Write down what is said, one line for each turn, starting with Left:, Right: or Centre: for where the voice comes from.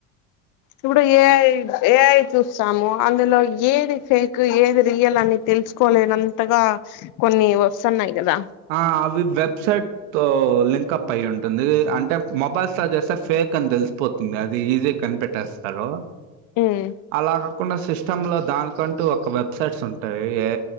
Left: ఇప్పుడు ఏఐ ఏఐ చూస్తాము అందులో ఏది ఫేక్ ఏది రియల్ అని తే తెలుసుకోలేనంతగా కొన్ని వస్తున్నాయి కదా
Right: ఆ అవి వెబ్సైట్ తో లింక్ప్ అప్పు అయి ఉంటుంది అంటే మొబైల్ స్తా చేస్తే ఫేక్ అని తెలిసిపోతుంది అది ఈజీ కనిపేట్ టేస్తారు
Left: ఉమ్
Right: అలా కాకుండా సిస్ సిస్టంలో దానికంటూ ఒక వెబ్సైట్స్ ఉంటాయి ఏ